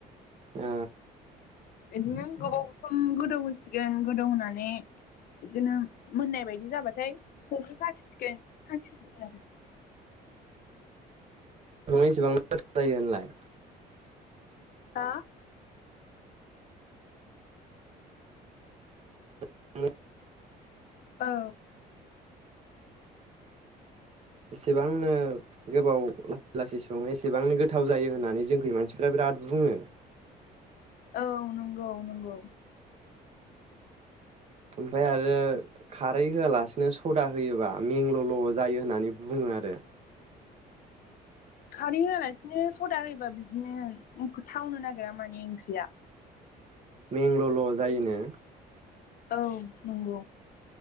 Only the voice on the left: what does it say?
बिदिनो गोबाव सम गोदौ होसिगोन गोदौ होनोनानै बिदिनो मोननाय बायदि जाबाथाय समखौ साखिसिगोन साखिसि आरो।
हा
औ
औ नंगौ नंगौ।
खारै होआलासिनो सदा होयोबा बिदिनो थावनो नागिरा माने ओंख्रिया
औ नंगौ।